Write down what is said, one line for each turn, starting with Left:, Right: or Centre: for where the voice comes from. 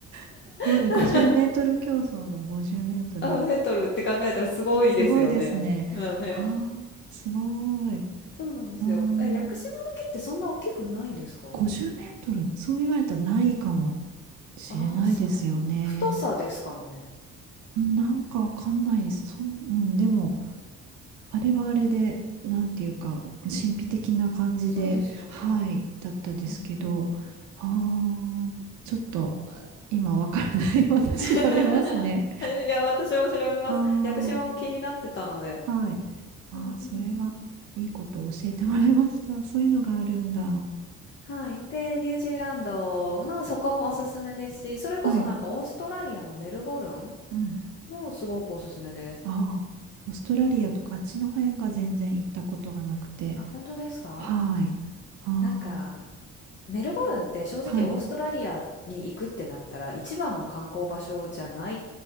Right: <laughs> ご50メートル競争の50メートルで、
Left: <laughs> あ、メートルって考えたらすごいですよね。
Right: すごいですね。
Left: うんね。
Right: はあ、すごい。
Left: そうなんですよ。
Right: あー
Left: え、屋久島の木ってそんな大きくないんですか
Right: 50メートル、そう言われたらないかもしれないですよね。
Left: ああー、そうなん。太さですかね。
Right: うんなんかわかんないです。そん、うん、でも、あれはあれで、なんていうか、神秘的な感じで、
Left: そうですよね。
Right: はい、だったですけど、
Left: うんうん。
Right: ああ、ちょっと、あ今わからない。<laughs> また調べますね。
Left: <laughs> いや、私も調べます。
Right: あ
Left: 屋久島も気になってたので。
Right: あ、はい。ああ、
Left: うんうんうん。
Right: それは、いいことを教えてもらいました。
Left: え
Right: そういうのがあるんだ。
Left: はい。で、ニュージーランドのそこもおすすめですし、それこそなんかオーストラリアのメルボルン
Right: はい。うん
Left: もすごくおすすめです。
Right: ああ、オーストラリアとかあっちの辺が全然行ったことがなくて。
Left: あ、本当ですか
Right: はい。あ
Left: なんか、メルボルンって正直オーストラリアに行くってなったら一番の観光場所じゃない
Right: あ、はい。